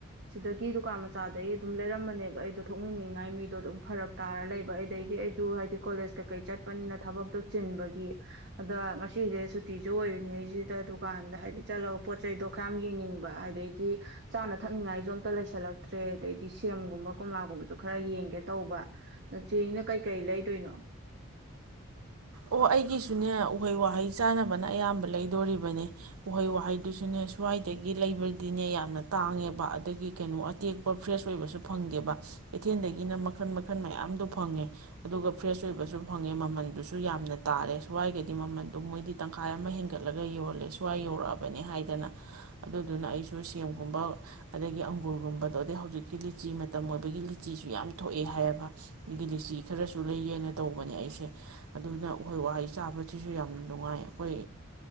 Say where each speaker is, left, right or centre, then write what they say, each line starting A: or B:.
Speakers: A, on the right; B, on the right.
A: ꯁꯤꯗꯒꯤ ꯗꯨꯀꯥꯟ ꯃꯆꯥꯗꯩ ꯑꯗꯨꯝ ꯂꯩꯔꯝꯕꯅꯦꯕ ꯑꯩꯗꯣ ꯊꯣꯛꯃꯤꯟꯅꯅꯤꯡꯉꯥꯏ ꯃꯤꯗꯣ ꯑꯗꯨꯝ ꯐꯔꯛ ꯇꯥꯔ ꯂꯩꯕ ꯑꯩꯗꯩꯒꯤ ꯑꯩꯖꯨ ꯍꯥꯏꯗꯤ ꯀꯣꯂꯦꯖ ꯀꯩꯀꯩ ꯆꯠꯄꯅꯤꯅ ꯊꯕꯛꯇꯣ ꯆꯤꯟꯕꯒꯤ ꯑꯗ ꯉꯁꯤꯁꯦ ꯁꯨꯇꯤꯁꯨ ꯑꯣꯏꯔꯤꯉꯩꯁꯤꯗ ꯗꯨꯀꯥꯟꯗ ꯍꯥꯏꯗꯤ ꯆꯠꯂꯒ ꯄꯣꯠ ꯆꯩꯗꯣ ꯈꯔ ꯌꯥꯝ ꯌꯦꯡꯅꯤꯡꯕ ꯑꯗꯩꯗꯤ ꯆꯥꯅ ꯊꯛꯅꯤꯡꯉꯥꯏꯁꯨ ꯑꯝꯇ ꯂꯩꯁꯜꯂꯛꯇ꯭ꯔꯦ ꯑꯗꯩꯗꯤ ꯁꯦꯝꯒꯨꯝꯕ ꯀꯣꯝꯂꯥꯒꯨꯝꯕꯁꯨ ꯈꯔ ꯌꯦꯡꯒꯦ ꯇꯧꯕ ꯑꯗ ꯆꯦꯅ ꯀꯩꯀꯩ ꯂꯩꯗꯣꯏꯅꯣ
B: ꯑꯣ ꯑꯩꯒꯤꯁꯨꯅꯦ ꯎꯍꯩ ꯋꯥꯍꯩ ꯆꯥꯅꯕꯅ ꯑꯌꯥꯝꯕ ꯂꯩꯗꯣꯔꯤꯕꯅꯦ ꯎꯍꯩ ꯋꯥꯍꯩꯗꯨꯁꯨꯅꯦ ꯁ꯭ꯋꯥꯏꯗꯒꯤ ꯂꯩꯕꯗꯤꯅꯦ ꯌꯥꯝꯅ ꯇꯥꯡꯉꯦꯕ ꯑꯗꯒꯤ ꯀꯩꯅꯣ ꯑꯇꯦꯛꯄ ꯐ꯭ꯔꯦꯁ ꯑꯣꯏꯕꯁꯨ ꯐꯪꯗꯦꯕ ꯀꯩꯊꯦꯜꯗꯒꯤꯅ ꯃꯈꯜ ꯃꯈꯜ ꯃꯌꯥꯝꯗꯣ ꯐꯪꯉꯦ ꯑꯗꯨꯒ ꯐ꯭ꯔꯦꯁ ꯑꯣꯏꯕꯁꯨ ꯐꯪꯉꯦ ꯃꯃꯟꯗꯨꯁꯨ ꯁꯨ ꯌꯥꯝꯅ ꯇꯥꯔꯦ ꯁ꯭ꯋꯥꯏꯒꯗꯤ ꯃꯃꯟꯗꯣ ꯃꯣꯏꯗꯤ ꯇꯪꯈꯥꯏ ꯑꯃ ꯍꯦꯟꯒꯠꯂꯒ ꯌꯣꯜꯂꯦ ꯁ꯭ꯋꯥꯏ ꯌꯧꯔꯛꯑꯕꯅꯦ ꯍꯥꯏꯗꯅ ꯑꯗꯨꯗꯨꯅ ꯑꯩꯁꯨ ꯁꯦꯝꯒꯨꯝꯕ ꯑꯗꯒꯤ ꯑꯪꯒꯨꯔꯒꯨꯝꯕꯗꯣ ꯑꯗꯩ ꯍꯧꯖꯤꯛꯀꯤ ꯂꯤꯆꯤ ꯃꯇꯝ ꯑꯣꯏꯕꯒꯤ ꯂꯤꯆꯤꯁꯨ ꯌꯥꯝ ꯊꯣꯛꯑꯦ ꯍꯥꯏꯌꯦꯕ ꯑꯗꯒꯤ ꯂꯤꯆꯤ ꯈꯔꯁꯨ ꯂꯩꯒꯦꯅ ꯇꯧꯕꯅꯦ ꯑꯩꯁꯦ ꯑꯗꯨꯅ ꯎꯍꯩ ꯋꯥꯍꯩ ꯆꯥꯕꯁꯤꯁꯨ ꯌꯥꯝꯅ ꯅꯨꯡꯉꯥꯏ ꯑꯩꯈꯣꯏ